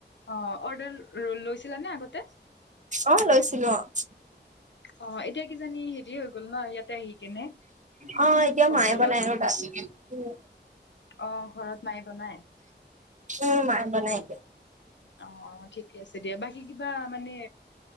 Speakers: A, on the left; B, on the right.
A: অ অৰ্ডাৰ লৈ লৈছিলানে আগতে
B: অ' লৈছিলো অ
A: অ এ এতিয়া কিজানি হেৰি হৈ গ'ল ন ইয়াতে আহি কেনে
B: অ এতিয়া
A: হোষ্টেলত
B: মায়ে বনাই ৰবা উম
A: অহ ঘৰত মায়ে বনাই
B: উম মায়ে বনাই
A: অ ঠিকে আছে দিয়া বাকী কিবা মানে